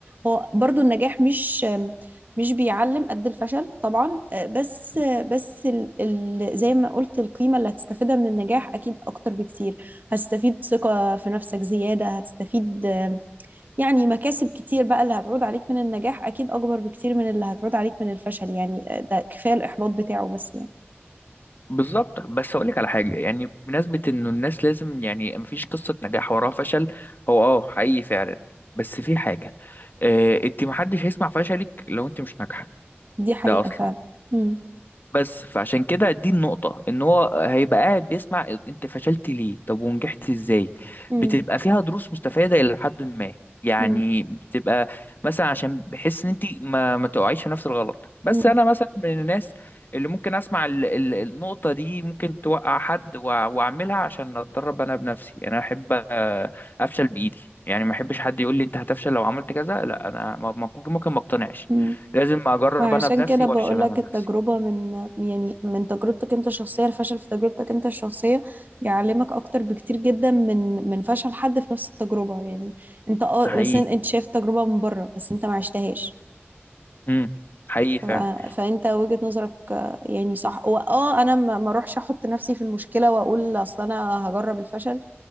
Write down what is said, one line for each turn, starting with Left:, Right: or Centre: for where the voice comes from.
Right: هو برضو النجاح مش آم، مش بيعلم قد الفشل طبعا آه، بس آه، بس ال ال زي ما قلت القيمة اللي هتستفيدها من النجاح أكيد أكتر بكتير هتستفيد ثقة في نفسك زيادة هتستفيد آه، يعني مكاسب كتير بقى اللي هتعود عليك من النجاح أكيد أكبر بكتير من اللي هتعود عليك من الفشل يعني آه، ده كفاية الإحباط بتاعه بس يعني
Left: بالظبط بس اقول لك على حاجه يعني بمناسبه انه الناس لازم يعني مفيش قصه نجاح وراها فشل هو اه حقيقي فعلا بس في حاجه آه، انت محدش هيسمع فشلك لو انت مش ناجحه
Right: دي حقيقة
Left: ده اصلا
Right: فعلا مم.
Left: بس فعشان كده دي النقطة ان هو هيبقى قاعد بيسمع انت فشلت ليه طب ونجحت ازاي
Right: مم.
Left: بتبقى فيها دروس مستفادة الى حد ما يعني
Right: مم.
Left: بتبقى مثلا عشان بحس ان انت ما ما تقعيش في نفس الغلط بس
Right: مم.
Left: انا مثلا من الناس اللي ممكن اسمع ال ال النقطة دي ممكن توقع حد وأع- واعملها عشان اتدرب انا بنفسي يعني انا احب آه، افشل بايدي يعني ما احبش حد يقول لي انت هتفشل لو عملت كذا لا انا ما- ممكن ممكن ما اقتنعش
Right: مم.
Left: لازم اجرب
Right: ما
Left: انا
Right: عشان
Left: بنفسي
Right: كده بقول
Left: وافشل انا
Right: لك
Left: بنفسي
Right: التجربة من يعني من تجربتك أنت الشخصية الفشل في تجربتك أنت الشخصية بيعلمك أكتر بكتير جدا من من فشل حد في نفس التجربة يعني أنت أه
Left: حقيقي
Right: بس أنت شايف التجربة من بره بس أنت ما عشتهاش
Left: امم حقيقي فعلا
Right: ف- فانت وجهة نظرك آه، يعني صح واه انا ما ما اروحش احط نفسي في المشكلة واقول اصل انا هجرب الفشل